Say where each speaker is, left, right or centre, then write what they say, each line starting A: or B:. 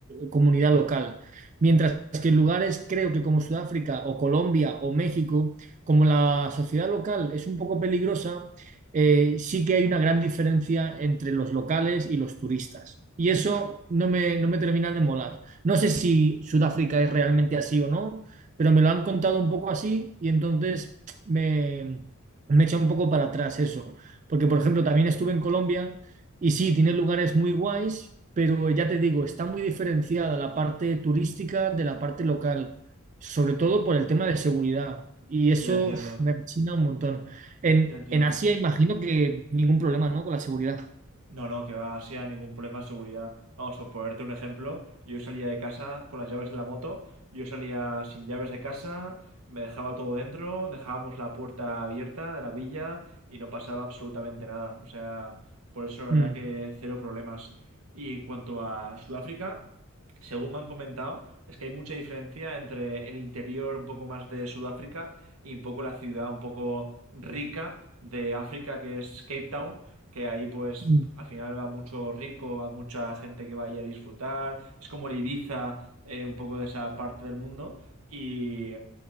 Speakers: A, on the right; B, on the right.
A: comunidad local. Mientras que en lugares, creo que como Sudáfrica o Colombia o México, como la sociedad local es un poco peligrosa, eh, sí que hay una gran diferencia entre los locales y los turistas. Y eso no me, no me termina de molar. No sé si Sudáfrica es realmente así o no, pero me lo han contado un poco así y entonces me, me echa un poco para atrás eso, porque por ejemplo también estuve en Colombia y sí, tiene lugares muy guays, pero ya te digo, está muy diferenciada la parte turística de la parte local, sobre todo por el tema de seguridad. Y eso
B: Ya entiendo,
A: uf, me china un montón. En,
B: ya entiendo.
A: en Asia imagino que ningún problema, ¿no? Con la seguridad.
B: No, no, que va, sea ningún problema de seguridad. Vamos, por ponerte un ejemplo, yo salía de casa con las llaves de la moto, yo salía sin llaves de casa, me dejaba todo dentro, dejábamos la puerta abierta de la villa y no pasaba absolutamente nada. O sea, por eso la verdad
A: Mm,
B: que cero problemas. Y en cuanto a Sudáfrica, según me han comentado, es que hay mucha diferencia entre el interior un poco más de Sudáfrica y un poco la ciudad un poco rica de África, que es Cape Town, que ahí pues
A: mm,
B: al final va mucho rico, va mucha gente que va allí a disfrutar, es como el Ibiza, eh, un poco de esa parte del mundo, y,